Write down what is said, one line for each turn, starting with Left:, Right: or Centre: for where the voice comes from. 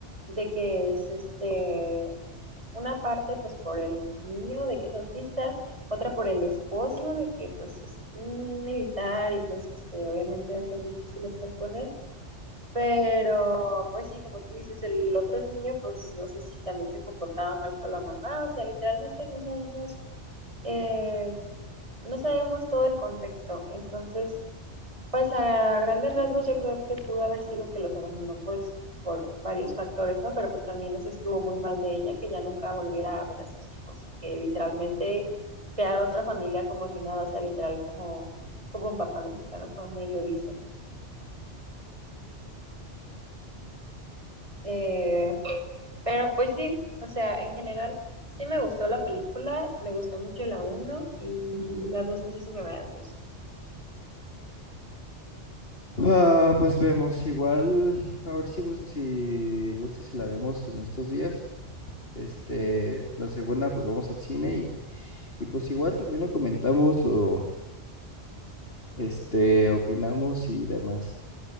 Right: de que es este una parte pues por el niño de que es autista, otra por el esposo de que pues es un militar y pues este obviamente va a ser difícil estar con él, pero pues sí, como tú dices, el otro niño pues no sé si también se comportaba mal con la mamá, o sea, literalmente no sabemos eh, no sabemos todo el contexto, entonces pues a grandes rasgos yo creo que pudo haber sido que los abandonó por, por varios factores, ¿no? Pero pues también eso estuvo muy mal de ella, que ya nunca volviera a ver a sus hijos, y que literalmente crear otra familia como si nada, o sea, literal como, como un papá mexicano medio dicen. Eh, pero pues sí, o sea, en general sí me gustó la película, me gustó mucho la uno y la 2 no sé si me va a gustar.
Left: Ah, pues vemos, igual, a ver si, gus- si gusta si la vemos en estos días. Este, la segunda, pues vamos al cine y, y pues igual también lo comentamos, lo, este, opinamos y demás.